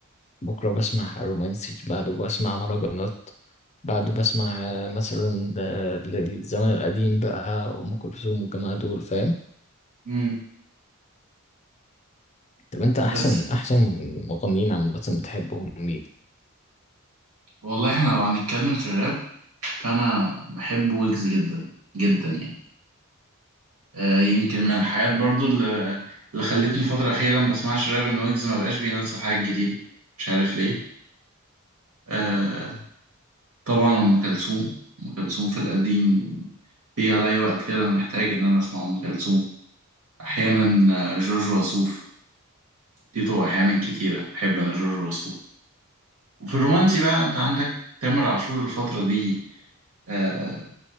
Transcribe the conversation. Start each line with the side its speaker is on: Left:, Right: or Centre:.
Left: بكرة بسمع رومانسي بعده بسمع مهرجانات بعده بسمع آه، مثلا آه، للزمن القديم بقى أم كلثوم والجماعة دول فاهم
Right: امم
Left: طب انت احسن
Right: بس
Left: احسن مغنيين عامة بتحبهم مين؟
Right: والله احنا لو هنتكلم في الراب فانا بحب ويجز جدا جدا يعني آه، يمكن من الحاجات برضو اللي, اللي خلتني فترة أخيرة ما بسمعش راب إن ويجز ما بقاش بينزل حاجات جديدة مش عارف ليه آه طبعا أم كلثوم أم كلثوم في القديم في عليا وقت كده أنا محتاج إن أنا أسمع أم كلثوم أحيانا آه، جورج وسوف دي طبعا أحيانا كتيرة بحب أنا جورج وسوف وفي الرومانسي بقى أنت عندك تامر عاشور الفترة دي آه